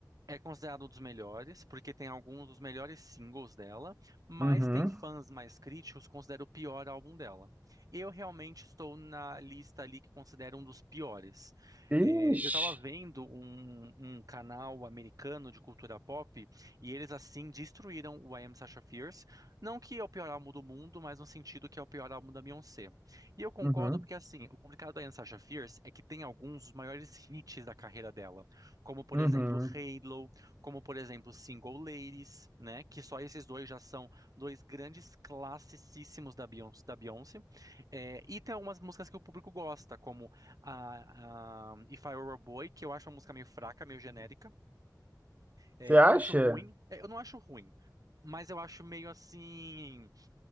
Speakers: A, on the right (about 55°); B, on the right (about 20°).
A: É considerado um dos melhores, porque tem alguns dos melhores singles dela, mas
B: Uhum.
A: tem fãs mais críticos que consideram o pior álbum dela. Eu realmente estou na lista ali que considero um dos piores. É,
B: Ixi.
A: eu estava vendo um, um canal americano de cultura pop e eles assim destruíram o I Am Sasha Fierce. Não que é o pior álbum do mundo, mas no sentido que é o pior álbum da Beyoncé. E eu concordo
B: Uhum.
A: porque assim, o complicado da I Am Sasha Fierce é que tem alguns dos maiores hits da carreira dela como por
B: Uhum.
A: exemplo Halo, como por exemplo Single Ladies, né? Que só esses dois já são dois grandes classicíssimos da Beyoncé. Da Beyoncé. É, e tem algumas músicas que o público gosta, como a, a If I Were a Boy, que eu acho uma música meio fraca, meio genérica. É,
B: Você acha?
A: eu não acho ruim, é, eu não acho ruim, mas eu acho meio assim.